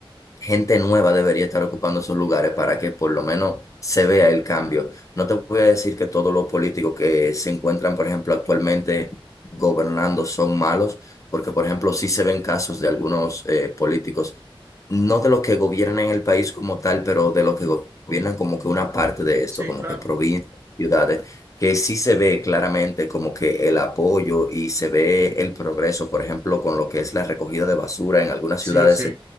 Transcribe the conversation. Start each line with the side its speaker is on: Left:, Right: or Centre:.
Left: gente nueva debería estar ocupando esos lugares para que por lo menos se vea el cambio. No te voy a decir que todos los políticos que se encuentran, por ejemplo, actualmente gobernando son malos, porque, por ejemplo, sí se ven casos de algunos eh, políticos, no de los que gobiernan el país como tal, pero de los que go- gobiernan como que una parte de esto,
Right: Sí,
Left: como
Right: claro.
Left: que provincias, ciudades. que sí se ve claramente como que el apoyo y se ve el progreso, por ejemplo, con lo que es la recogida de basura en algunas
Right: Sí,
Left: ciudades
Right: sí.